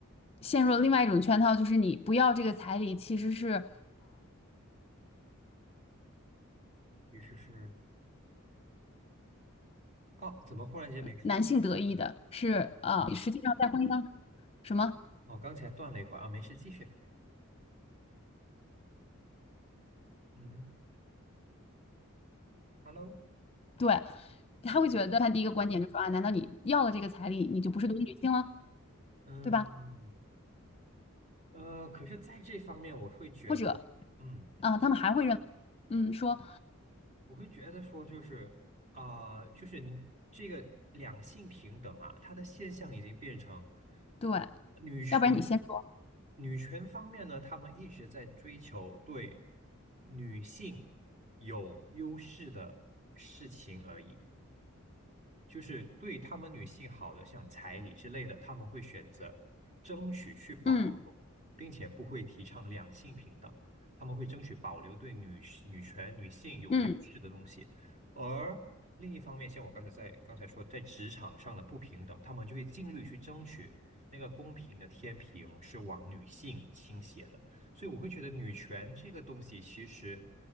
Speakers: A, on the left; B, on the right.
A: 陷入了另外一种圈套，就是你不要这个彩礼，其实是
B: 于是是，哦，怎么忽然间没声？
A: 男性得意的，
B: 嗯，
A: 是呃，
B: 嗯
A: 实际上在婚姻当什么？
B: 哦，刚才断了一会儿啊，没事，继续。嗯，Hello，
A: 对，他会觉得他第一个观点就是说啊，难道你要了这个彩礼，你就不是独立女性了，
B: 嗯，
A: 对吧？
B: 呃，可是在这方面，我会觉得，
A: 或者
B: 嗯，
A: 啊、呃他们还会认为嗯，说
B: 我会觉得说，就是啊、呃就是你这个两性平等啊，它的现象已经变成
A: 对，
B: 女权，
A: 要不然你先说，
B: 女权方面呢，他们一直在追求对女性有优势的事情而已。就是对他们女性好的，像彩礼之类的，他们会选择争取去保留，
A: 嗯
B: 并且不会提倡两性平等，他们会争取保留对女女权、女性有优势的东西。
A: 嗯。
B: 而另一方面，像我刚才在刚才说，在职场上的不平等，他们就会尽力去争取那个公平的天平是往女性倾斜的。所以我会觉得女权这个东西其实